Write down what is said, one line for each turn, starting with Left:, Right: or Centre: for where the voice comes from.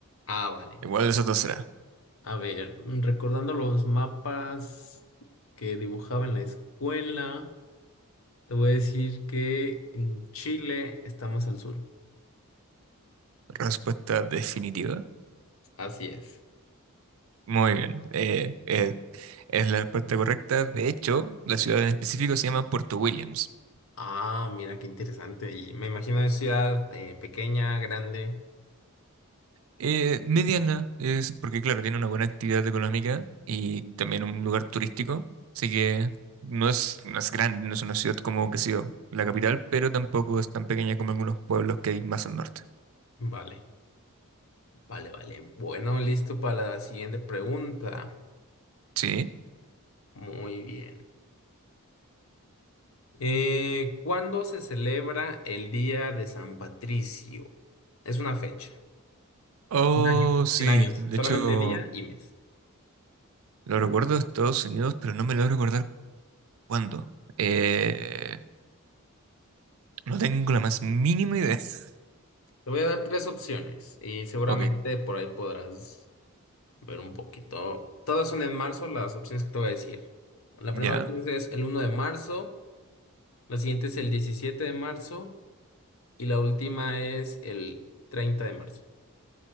Left: ah, vale.
Right: Igual eso no será.
Left: A ver, recordando los mapas que dibujaba en la escuela, te voy a decir que en Chile está más al sur.
Right: Respuesta definitiva.
Left: Así es.
Right: Muy bien. Eh, eh, es la respuesta correcta. De hecho, la ciudad en específico se llama Puerto Williams.
Left: Ah, mira qué interesante. Y me imagino es ciudad eh, pequeña, grande.
Right: Eh, mediana es porque, claro, tiene una buena actividad económica y también un lugar turístico. Así que no es, no es grande, no es una ciudad como, qué sé yo, la capital, pero tampoco es tan pequeña como algunos pueblos que hay más al norte.
Left: Vale, vale, vale. Bueno, listo para la siguiente pregunta.
Right: Sí.
Left: Muy bien. Eh, ¿cuándo se celebra el Día de San Patricio? Es una fecha.
Right: Oh,
Left: Un año.
Right: sí.
Left: 100 años.
Right: De
Left: Solamente
Right: hecho.
Left: día y mes.
Right: Lo recuerdo de Estados Unidos, pero no me logro recordar cuándo. Eh, no tengo la más mínima idea. <laughs>
Left: Te voy a dar tres opciones y seguramente
Right: Ok,
Left: por ahí podrás ver un poquito. Todas son en marzo las opciones que te voy a decir. La
Right: ya.
Left: primera opción es el uno de marzo, la siguiente es el 17 de marzo y la última es el treinta de marzo.